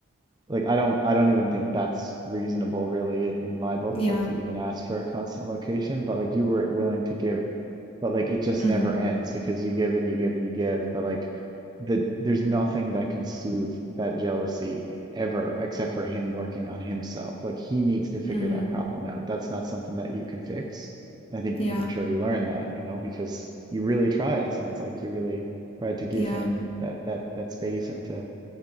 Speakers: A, on the right (about 20°); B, on the left (about 25°).
A: Like I don't. I don't even think that's reasonable, really, in, in my books.
B: Yeah.
A: Like to even ask for a constant location, but like you were willing to give, but like it just
B: Mhm.
A: never ends because you give and you give and you give. But like that there's nothing that can soothe that jealousy ever except for him working on himself. Like he needs to figure
B: Mhm.
A: that problem out. That's not something that you can fix. I think
B: Yeah.
A: I'm sure you learned that, you know, because you really tried. It sounds like you really tried to give
B: Yeah.
A: him that that that space and to